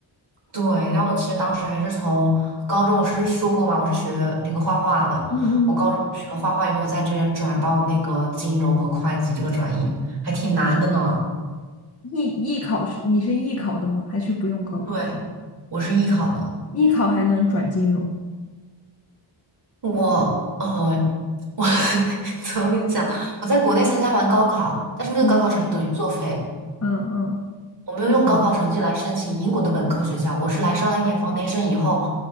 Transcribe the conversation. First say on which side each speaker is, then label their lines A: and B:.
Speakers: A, on the right; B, on the left.
A: 对，然后我其实当时还是从高中，我是说过嘛，我是学那个画画的。
B: 嗯嗯，
A: 我高中学了画画以后，在这边转到那个金融和会计这个专业，还挺难的呢。
B: 艺艺考是你是艺考的吗？还是不用高考？
A: 对，我是艺考的。
B: 艺考还能转金融？
A: 我呃，我 <laughs> 怎么跟你讲？我在国内参加完高考，但是那个高考成绩等于作废，
B: 嗯嗯嗯。
A: 我没有用高考成绩来申请英国的本科学校，
B: 为什么？
A: 我是来上了一年 foundation 以后，